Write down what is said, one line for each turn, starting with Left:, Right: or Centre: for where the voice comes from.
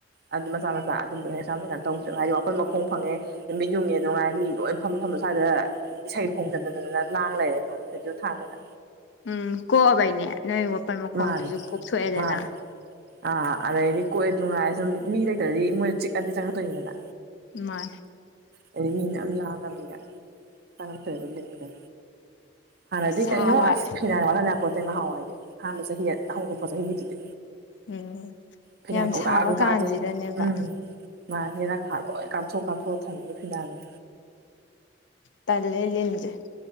Right: ꯑꯗꯨ ꯃꯆꯥ ꯃꯆꯥ ꯑꯗꯨꯝꯕꯗ ꯍꯥꯝ ꯀꯥꯏꯅ ꯇꯧꯗꯅ ꯍꯥꯏꯗꯤ ꯋꯥꯈꯜ ꯃꯈꯣꯡ ꯐꯪꯉꯦ ꯅꯨꯃꯤꯠ ꯌꯨꯡꯉꯦ ꯑꯗꯨꯅꯨꯡꯉꯥꯏ ꯃꯤ ꯂꯣꯏ ꯐꯐꯝ ꯐ ꯁ꯭ꯋꯥꯏꯗ ꯏꯁꯩ ꯈꯣꯡꯖꯤꯟꯗꯗꯅ ꯂꯥꯡ ꯂꯩꯔꯦ ꯑꯗꯨꯝ ꯁꯖꯤ ꯊꯥꯗꯅ
Left: ꯎꯝ ꯀꯣꯛꯑꯕꯩꯅꯦ ꯅꯣꯏ ꯋꯥꯄꯜ ꯃꯈꯣꯡꯗꯨꯁꯨ
Right: ꯃꯥꯅꯤ
Left: ꯀꯣꯛꯊꯣꯛꯑꯦꯗꯅ
Right: ꯃꯥꯅꯤ ꯑꯥ ꯑꯗꯩꯗꯤ ꯀꯣꯏꯑꯦ ꯅꯨꯡꯉꯥꯏꯔꯦ ꯁꯨꯝ ꯃꯤ ꯂꯩꯇ꯭ꯔꯗꯤ ꯃꯣꯏꯅ ꯆꯤꯛꯀꯗꯤ ꯆꯪꯉꯛꯇꯣꯏꯏꯗꯅ
Left: ꯃꯥ
Right: ꯉꯒꯅꯤꯂ ꯇꯥꯔꯊꯔꯗ ꯍꯥꯟꯅꯗꯤ
Left: ꯁꯥꯕ
Right: ꯀꯩꯅꯣ ꯑꯁ ꯐꯤꯅꯥꯏ ꯋꯥꯠꯍꯜꯂꯄꯣꯠꯇꯦ ꯉꯍꯥꯎꯋꯥ ꯍꯥꯏꯗꯤ ꯑꯍꯥꯟꯕ ꯆꯍꯤ ꯍꯧꯗꯣꯛꯄ ꯆꯍꯤꯒꯤꯗꯨꯗꯤ
Left: ꯎꯝ
Right: ꯐꯉꯒꯗꯖꯦ
Left: ꯌꯥꯝ ꯁꯥꯕ ꯀꯥꯟꯁꯤꯗꯅꯦꯕ
Right: ꯎꯝ ꯃꯥꯒꯤꯦꯔ ꯈꯥ ꯂꯣꯏ ꯀꯥꯞꯊꯣꯛ ꯀꯥꯞꯊꯣꯛꯑ ꯊꯝꯃꯤꯒꯦ ꯐꯤꯅꯥꯅꯦ
Left: ꯇꯂ ꯂꯩꯖꯦ